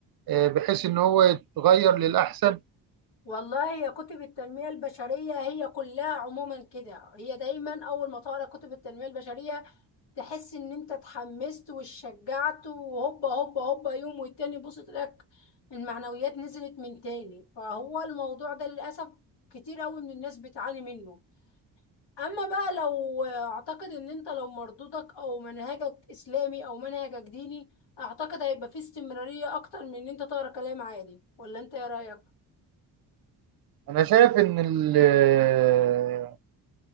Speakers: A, on the right; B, on the left.
A: آه، بحيث ان هو يتغير للاحسن
B: والله يا كتب التنميه البشريه هي كلها عموما كده هي دايما اول ما تقرا كتب التنميه البشريه تحس ان انت اتحمست واتشجعت وهوبا هوبا هوبا يوم والتاني بص تلاقيك المعنويات نزلت من تاني فهو الموضوع ده للأسف كتير قوي من الناس بتعاني منه اما بقى لو اعتقد ان انت لو مردودك او منهجك اسلامي او منهجك ديني اعتقد هيبقى فيه استمرارية اكتر من ان انت تقرا كلام عادي ولا انت ايه رأيك
A: انا شايف ان ال- آه،